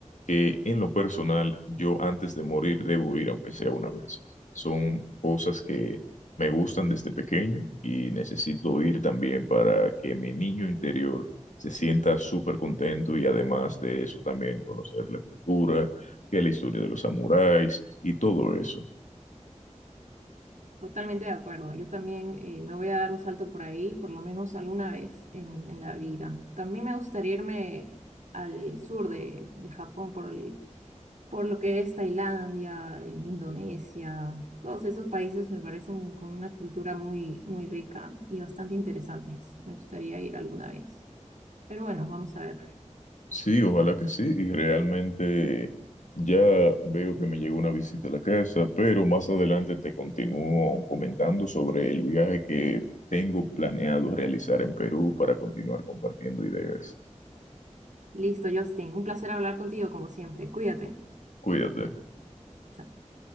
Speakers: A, on the left (about 80°); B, on the right (about 75°).
A: que en lo personal yo antes de morir debo ir, aunque sea una vez. Son cosas que me gustan desde pequeño y necesito ir también para que mi niño interior se sienta súper contento y además de eso también conocer la cultura, que la historia de los samuráis y todo eso.
B: Totalmente de acuerdo. Yo también eh, me voy a dar un salto por ahí, por lo menos alguna vez en, en la vida. También me gustaría irme al sur de, de Japón por el, por lo que es Tailandia, en Indonesia, todos esos países me parecen con una cultura muy, muy rica y bastante interesantes. Me gustaría ir alguna vez. Pero bueno, vamos a ver.
A: Sí, ojalá que sí. Y realmente ya veo que me llegó una visita a la casa, pero más adelante te continúo comentando sobre el viaje que tengo planeado realizar en Perú para continuar compartiendo ideas.
B: Listo, Justin, un placer hablar contigo como siempre. Cuídate.
A: Cuídate.
B: Chao.